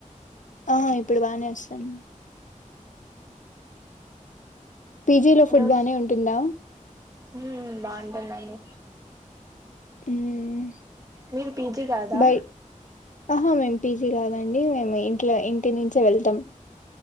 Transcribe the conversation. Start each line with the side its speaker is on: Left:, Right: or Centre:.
Left: ఆ, ఇప్పుడు బానే వస్తాంది. పీజీలో ఫుడ్
Right: రోజు
Left: బానే ఉంటుందా?
Right: ఉమ్, బాగుంటుందండి.
Left: మ్మ్
Right: మీరు పీజీ గాదా?
Left: బై ఆహా, మేమ్. పీజీ కాదండి, మేము ఇంట్లో ఇంటినించి. అయితే, వెళ్తాం.